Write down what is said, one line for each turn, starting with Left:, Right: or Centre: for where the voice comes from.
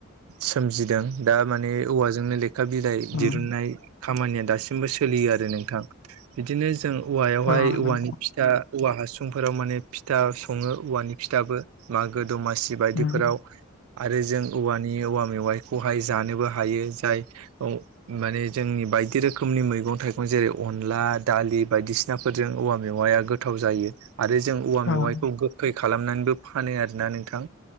Right: सोमजिदों दा माने औवाजोंनो लेखा बिलाइ दिरुननाय
Left: उम
Right: खामानिया दासिमबो सोलियो आरो नोंथां बिदिनो जों औवायावहाय
Left: ओं
Right: औवानि
Left: नोंथां
Right: फिथा औवा हासुंफोराव माने फिथा सङो औवानि फिथाबो मागो दमासि बायदिफोराव
Left: उम
Right: आरो जों औवानि औवा मेवाइखौ जानोबो हायो जाय माने जोंनि बायदि रोखोमनि मैगं थाइगं जेरै अनला दालि बायदिसिनाफोरजों औवा मेवाया गोथाव जायो आरो जों औवा मेवाइखौ
Left: ओं
Right: गोखै खालामनानैबो फानो आरोना नोंथां।